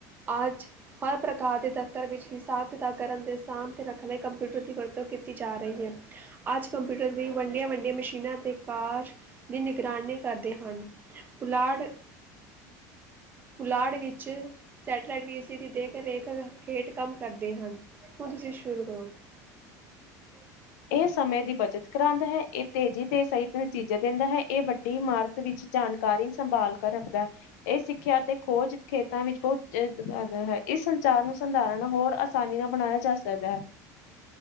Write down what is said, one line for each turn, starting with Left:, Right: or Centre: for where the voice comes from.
Right: ਅੱਜ ਹਰ ਪ੍ਰਕਾਰ ਦੇ ਦਫ਼ਤਰ ਵਿੱਚ ਹਿਸਾਬ ਕਿਤਾਬ ਕਰਨ ਦੇ ਸਾਂਭ ਤੇ ਰੱਖਣ ਲਈ ਕੰਪਿਊਟਰ । ਦੀ ਵਰਤੋਂ ਕੀਤੀ ਜਾ ਰਹੀ ਹੈ। ਅੱਜ ਕੰਪਿਊਟਰ ਵੀ ਵੱਡੀਆਂ ਵੱਡੀਆਂ ਮਸ਼ੀਨਾਂ ਤੇ ਕਾਰ ਦੀ ਨਿਗਰਾਨੀ ਕਰਦੇ ਹਨ। ਪੁਲਾੜ ਪੁਲਾੜ ਵਿੱਚ ਸੈਟੇਲਾਈਟ ਵੀ ਇਸੀ‌ ਦੀ ਦੇਖ ਰੇਖ ਹੇਠ ਕੰਮ ਕਰਦੇ ਹਨ। ਹੁਣ ਤੁਸੀਂ ਸ਼ੁਰੂ ਕਰੋ। <unintelligible>
Left: ਇਹ ਸਮੇਂ ਦੀ ਬੱਚਤ ਕਰਾਉਂਦਾ ਹੈ। ਇਹ ਤੇਜ਼ੀ ਤੇ ਸਹੀ ਨਤੀਜੇ ਦਿੰਦਾ ਹੈ। ਇਹ ਵੱਡੀ ਇਮਾਰਤ ਵਿੱਚ ਜਾਣਕਾਰੀ ਸੰਭਾਲ ਕਰ ਰੱਖਦਾ ਹੈ। ਇਹ ਸਿੱਖਿਆ ਅਤੇ ਖੋਜ ਖੇਤਾਂ ਵਿੱਚ ਬਹੁਤ <unintelligible> ਹੈ। ਇਸ ਸੰਚਾਰ ਨੂੰ ਸੰਧਾਰਨ ਹੋਰ ਆਸਾਨੀ ਨਾਲ ਬਣਾਇਆ ਜਾ ਸਕਦਾ ਹੈ